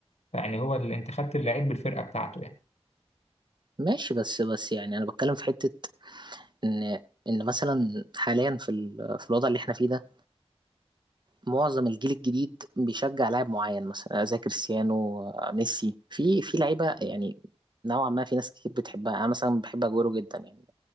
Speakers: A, on the left; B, on the right.
A: يعني هو اللي انت خدت اللعيب بالفرقه بتاعته يعني
B: ماشي بس بس يعني أنا بتكلم في حتة إن إن مثلا حاليا في ال... في الوضع اللي احنا فيه ده معظم الجيل الجديد بيشجع لاعب معين مثلا آه، زي كريستيانو آه، ميسي في في لعيبة يعني نوعا ما في ناس كتير بتحبها أنا مثلا بحب أجويرو جدا يعني